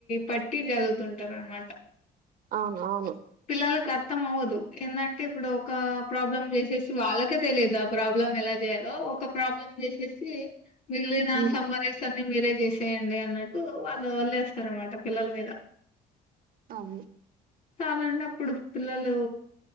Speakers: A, on the left; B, on the right.
A: పట్టి చదువుతుంటారునమాట.
B: అవును అవును
A: పిల్లలకి అర్థం అవ్వదు. ఏందంటే ఇప్పుడు ఒక ప్రాబ్లం చేసేసి వాళ్ళకే తెలియదు. ఆ ప్రాబ్లం ఎలా చేయాలో ఒక ప్రాబ్లం చేసేసి మీగిలిన
B: ఉమ్
A: సమ్మరీస్ అని మీరే చేసేయండి అన్నట్టు వాళ్ళు వలేస్తారు అనమాట పిల్లల మీద.
B: అవును
A: చాలండిఅప్పుడు పిల్లలు